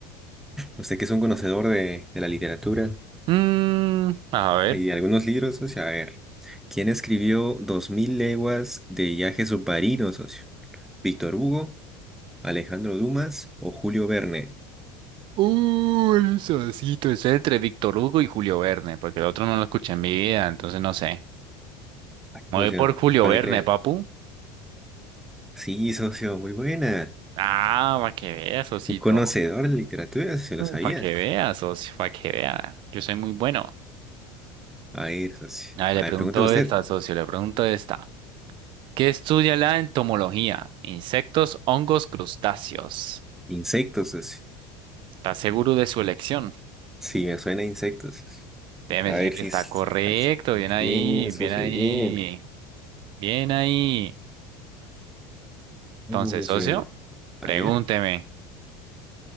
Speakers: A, in the centre; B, on the right.
A: Usted que es un conocedor de, de la literatura,
B: Mm, a ver.
A: Hay algunos libros, socio. A ver, ¿quién escribió 2000 leguas de viaje submarino, socio? ¿Víctor Hugo, Alejandro Dumas o Julio Verne?
B: Uy, el sosito, es entre Víctor Hugo y Julio Verne, porque el otro no lo escuché en mi vida, entonces no sé.
A: Ay,
B: Me
A: socio,
B: voy por Julio
A: ¿cuál
B: Verne,
A: le crea?
B: papu.
A: Sí, socio, muy buena.
B: Ah, para que veas, socito.
A: Un conocedor de literatura, se lo sabía.
B: para que veas, socio, para que vea. Yo soy muy bueno.
A: A ver, socio.
B: A ver,
A: A
B: le pregunto
A: ver, pregúnteme usted.
B: esta, socio, le pregunto esta. ¿Qué estudia la entomología? Insectos, hongos, crustáceos.
A: Insectos, socio.
B: ¿Estás seguro de su elección?
A: Sí, me suena a insectos, socio.
B: Déjeme
A: A
B: decir
A: ver
B: que
A: si...
B: está
A: es-
B: correcto.
A: a ver si-
B: Bien ahí,
A: Bien,
B: bien
A: socio,
B: ahí,
A: bien.
B: bien ahí.
A: Vamos,
B: Entonces, socio,
A: eh.
B: pregúnteme.
A: A ver.